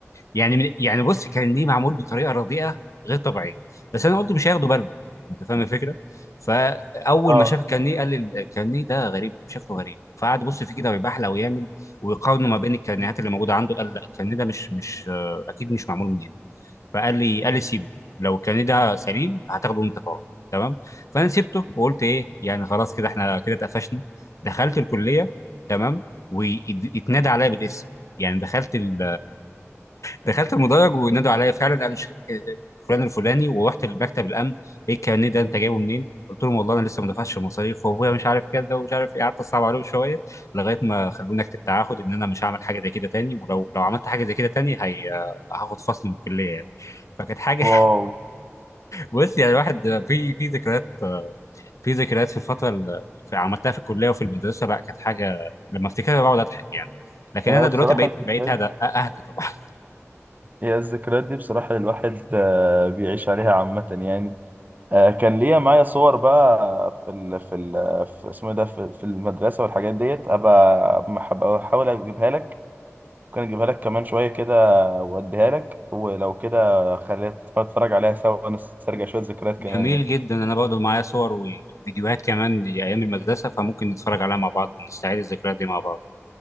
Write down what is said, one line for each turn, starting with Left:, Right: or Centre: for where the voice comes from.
Left: يعني من يعني بص كارنيه معمول بطريقه رديئه غير طبيعيه بس انا قلت مش هياخدوا بالهم انت فاهم الفكره فاول
Right: اه
Left: ما شاف الكارنيه قال لي الكارنيه ده غريب شكله غريب فقعد يبص فيه كده ويبحلق ويعمل ويقارنه ما بين الكارنيهات اللي موجوده عنده قال لا الكارنيه ده مش مش آه، اكيد مش معمول من هنا فقال لي قال لي سيبه لو كان ده سليم هتاخده وانت طالع تمام فانا سبته وقلت ايه يعني خلاص كده احنا كده اتقفشنا دخلت الكليه تمام واتنادى عليا بالاسم يعني دخلت ال... دخلت المدرج ونادوا عليا فعلا قالوا ش- فلان الفلاني ورحت لمكتب الامن ايه الكارنيه ده انت جايبه منين؟ قلت لهم والله انا لسه ما دفعتش المصاريف وابويا مش عارف كده ومش عارف ايه قعدت اصعب عليهم شويه لغايه ما خلوني اكتب تعهد ان انا مش هعمل حاجه زي كده تاني ولو لو عملت حاجه زي كده تاني هي... هاخد فصل من الكليه يعني فكانت حاجه
Right: واو
Left: بص يعني الواحد في في ذكريات في ذكريات في الفتره اللي عملتها في الكليه وفي المدرسه لا كانت حاجه لما افتكرها بقعد اضحك يعني لكن
Right: هي
Left: انا
Right: بصراحه
Left: دلوقتي بقيت
Right: الذكريات
Left: بقيت هدى اهدى طبعا
Right: هي الذكريات دي بصراحه الواحد آه، بيعيش عليها عامه يعني آه، كان ليا معايا صور بقى في ال في ال في اسمه إيه ده في في المدرسه والحاجات ديت ابقى أحب- احاول اجيبها لك ممكن اجيبها لك كمان شويه كده واديها لك ولو كده خلينا نتفرج عليها سوا ونسترجع
Left: <laughs>
Right: شويه ذكريات كمان
Left: جميل
Right: يعني
Left: جدا انا برضو معايا صور وفيديوهات كمان لايام المدرسه فممكن نتفرج عليها مع بعض ونستعيد الذكريات دي مع بعض